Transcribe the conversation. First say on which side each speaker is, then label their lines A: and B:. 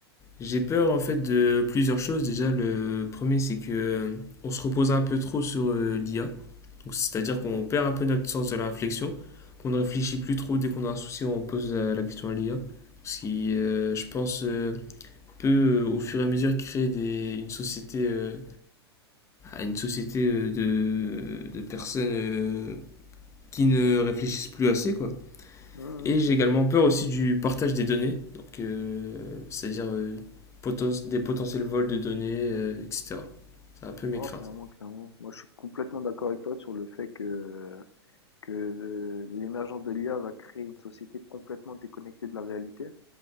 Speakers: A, on the left; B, on the left.
A: j'ai peur en fait de plusieurs choses. Déjà, le premier, c'est que euh, on se repose un peu trop sur euh, l'IA. Donc, c'est-à-dire qu'on perd un peu notre sens de la réflexion, qu'on ne réfléchit plus trop dès qu'on a un souci, on pose la, la question à l'IA. Ce qui, euh, je pense, euh, peut euh, au fur et à mesure créer des, une société, euh, une société euh, de, de personnes euh, qui ne réfléchissent plus assez, quoi.
B: Mhm.
A: Et j'ai également peur aussi du partage des données, donc euh, c'est-à-dire euh, poten- des potentiels vols de données, euh, etc. C'est un peu
B: Non,
A: mes craintes.
B: clairement, clairement. Moi, je suis complètement d'accord avec toi sur le fait que, que euh, l'émergence de l'IA va créer une société complètement déconnectée de la réalité.